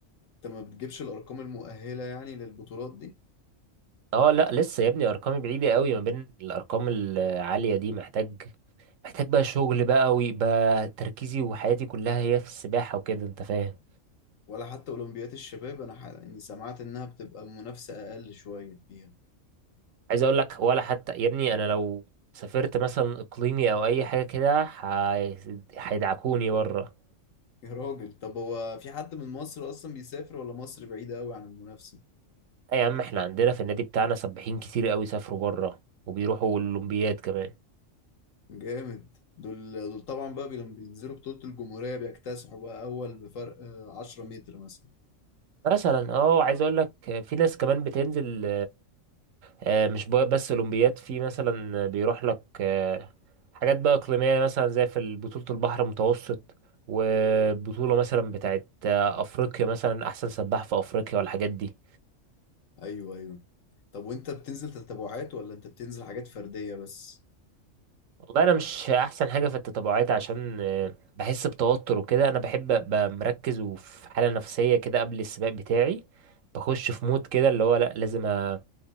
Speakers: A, on the left (about 75°); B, on the right (about 75°).
A: انت ما بتجيبش الارقام المؤهلة يعني للبطولات دي
B: اه لا لسه يا ابني أرقامي بعيدة قوي ما بين الأرقام العالية دي محتاج محتاج بقى شغل بقى ويبقى تركيزي وحياتي كلها هي في السباحة وكده انت فاهم
A: ولا حتى اولمبيات الشباب انا ح... يعني سمعت انها بتبقى منافسة اقل شوية فيها
B: عايز اقول لك ولا حتى يا ابني انا لو سافرت مثلا اقليمي او اي حاجة كده هي- هيدعكوني بره
A: يا راجل طب هو في حد من مصر اصلا بيسافر ولا مصر بعيدة قوي عن المنافسة
B: اي يا عم احنا عندنا في النادي بتاعنا سباحين كتير قوي سافروا بره وبيروحوا الاولمبياد كمان
A: جامد دول دول طبعا بقى بي- لما بينزلوا بطولة الجمهورية بيكتسحوا بقى اول بفرق آه، 10 متر مثلا
B: مثلا اه عايز اقول لك في ناس كمان بتنزل آه، مش بقى- بس اولمبياد في مثلا بيروح لك آه، حاجات بقى اقليميه مثلا زي في بطوله البحر المتوسط وبطوله مثلا بتاعت آه، افريقيا مثلا احسن سباح في افريقيا والحاجات دي
A: ايوه ايوه طب وانت بتنزل تتابعات ولا انت بتنزل حاجات فردية بس
B: والله انا مش احسن حاجه في التتابعات عشان آه، بحس بتوتر وكده انا بحب ابقى مركز وفي حاله نفسيه كده قبل السباق بتاعي بخش في مود كده اللي هو لا لازم أ...